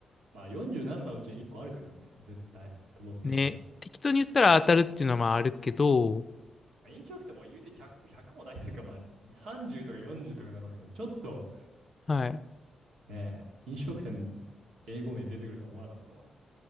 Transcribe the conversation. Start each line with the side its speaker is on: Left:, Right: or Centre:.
Right: まあ47のうちに1個あるからね。絶対。都道府県だから。
Left: ね。適当に言ったら当たるっていうのはまああるけど、
Right: 飲食店も言うて100、ひゃくもないというか、まあ30とか40とかだろうけど、ちょっと
Left: はい。
Right: ね、飲食店、英語名出てくるとは思わなかったわ。